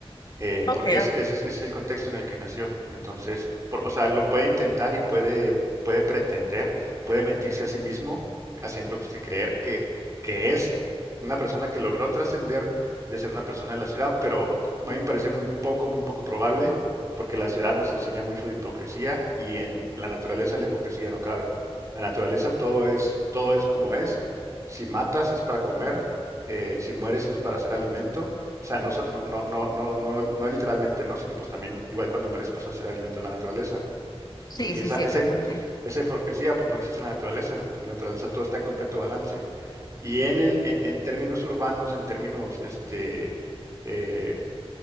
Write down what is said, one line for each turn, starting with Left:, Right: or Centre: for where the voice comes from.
Right: eh,
Left: Ok,
Right: porque es-
Left: ok.
Right: ese es, ese es el contexto en el que nació. Entonces, por- o sea, lo puede intentar y puede, puede pretender, puede mentirse a sí mismo, haciéndose creer que, que es una persona que logró trascender de ser una persona de la ciudad, pero a mí me parece muy poco, muy poco probable, porque la ciudad nos enseña mucho de hipocresía y en la naturaleza la hipocresía no cabe. La naturaleza todo es, todo es como es. Si matas es para comer, eh, si mueres es para hacer alimento o sea, no, so- no, no, no, no, no, no literalmente, ¿no? Sino pues también, igual cuando mueres pasas a ser alimento de la naturaleza.
Left: Sí,
Right: Y, y
Left: sí,
Right: esa,
Left: sí,
Right: esa,
Left: exactamente.
Right: hip- esa hipocresía pues no existe en la naturaleza. En la naturaleza todo está en completo balance. Y en el, en, en términos urbanos, en términos este, eh,